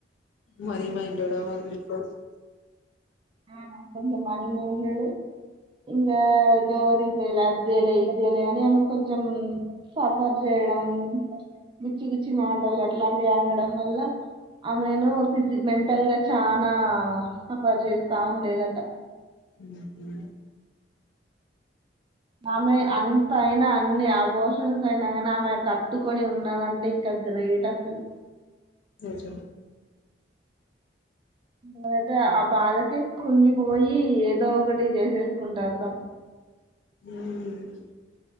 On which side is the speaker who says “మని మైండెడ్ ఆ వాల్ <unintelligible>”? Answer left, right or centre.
Left